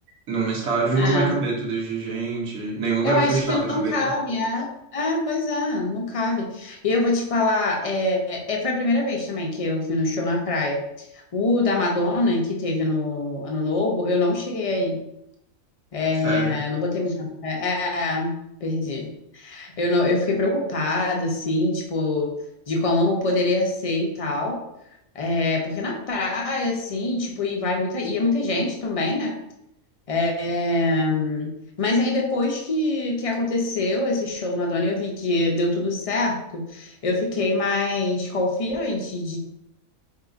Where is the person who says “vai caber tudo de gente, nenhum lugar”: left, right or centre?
Right